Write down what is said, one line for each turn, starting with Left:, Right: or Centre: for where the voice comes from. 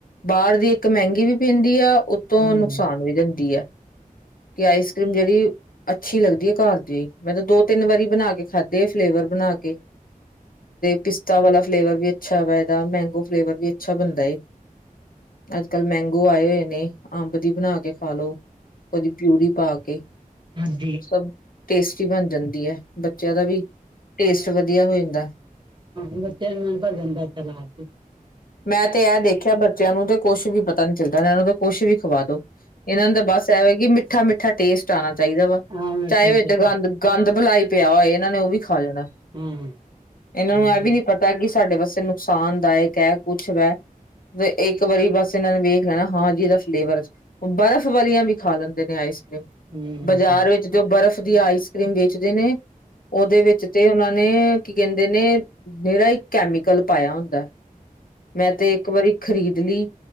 Left: ਬਾਰ ਦੀ ਇਕ ਮਹਿੰਗੀ ਵੀ ਪੈਂਦੀ ਆ ਉਤੋਂ
Right: ਹੂੰ
Left: ਨੁਕਸਾਨ ਵੀ ਦੇਂਦੀ ਐ। ਕਿ ਆਈਸ ਕ੍ਰੀਮ ਜਿਹੜੀ ਅੱਛੀ ਲਗਦੀ ਘਾਰ ਦੀ ਮੈਂ ਤਾਂ ਦੋ ਤਿੰਨ ਵਾਰੀ ਬਨਾ ਕੇ ਖਾਧੀ ਏ ਫਲੇਵਰ ਬਨਾ ਕੇ ਪਿਸਤਾ ਵਾਲਾ ਫਲੇਵਰ ਵੀ ਅੱਛਾ ਹੈਗਾ ਏਦਾ ਮੈਂਗੋ ਫਲੇਵਰ ਵੀ ਅੱਛਾ ਬਨਦਾ ਏ। ਅੱਜ ਕੱਲ ਮੈਂਗੋ ਆਏ ਹੋਏ ਨੇ ਅੰਬ ਦੀ ਬਨਾ ਕੇ ਖਾ ਲੋੋ। ਓਦੀ ਪਿਊਰੀ ਪਾ ਕੇ
Right: ਹਾਂਜੀ
Left: ਸਬ ਟੇਸਟੀ ਬਨ ਜਾਂਦੀ ਐ ਬੱਚਿਆਂ ਦਾ ਵੀ ਟੇਸਟ ਵਧੀਆ ਹੋ ਜਾਂਦਾ।
Right: <unintelligible>
Left: ਮੈਂ ਤੇ ਏ ਦੇਖਿਆ ਬੱਚਿਆਂ ਨੂ ਤੇ ਕੁਛ ਨੀ ਪਤਾ ਪਤਾ ਨੀ ਚੱਲਦਾ ਏਨਾ ਨੂ ਕੁਛ ਵੀ ਖਵਾ ਦੋ ਏਨਾ ਦਾ ਬਸ ਏਵੇ ਕਿ ਮਿੱਠਾ- ਮਿੱਠਾ ਟੇਸਟ ਜਾਣਾ ਚਾਹੀਦਾ ਵਾ
Right: ਹਾਂ ਬੈਠਾ
Left: ਚਾਏ ਵਿਚ
Right: ਬੈਠਾ
Left: ਗੰਦ ਗੰਦ ਬਲਾ ਈ ਪਿਆ ਹੋਏ ਏਨਾ ਨੇ ਓਵੀ ਖਾ ਜਾਣੈ
Right: ਹਾਂ
Left: ਏਨਾ ਨੂੰ
Right: ਹਾਂ
Left: ਏਵੀ
Right: ਹੂੰ
Left: ਨੀ ਪਤਾ ਕਿ ਸਾਡੇ ਵਾਸਤੇ ਨੁਕਸਾਨਦਾਇਕੈ ਕੁਛ ਵੈ ਏਕ ਵਾਰੀ ਬਸ ਏਨਾ ਨੇ ਵੇਖ ਲੈਣਾ ਹਾਂ ਜੀ ਏਦਾ ਫਲੇਵਰ ਬਰਫ਼ ਵਲੀਆਂ ਵੀ ਖਾ ਲੈਂਦੇ ਨੇ ਆਈਸ ਕਰੀਮ
Right: ਹੂੰ
Left: ਬਾਜਾਰ
Right: ਹੂੰ
Left: ਵਿਚ ਜੋ ਬਰਫ਼ ਦੀ ਆਈਸ ਕਰੀਮ ਵੇਚਦੇ ਨੇ ਓਦੇ ਵਿਚ ਤੇ ਓਨਾਂ ਨੇ ਕੀ ਕਹਿੰਦੇ ਨੇ ਨੀਰਾ ਈ ਕੈਮੀਕਲ ਪਾਇਆ ਹੁੰਦਾ। ਮੈਂ ਤੇ ਇੱਕ ਵਰੀ ਖ਼ਰੀਦ ਲਈ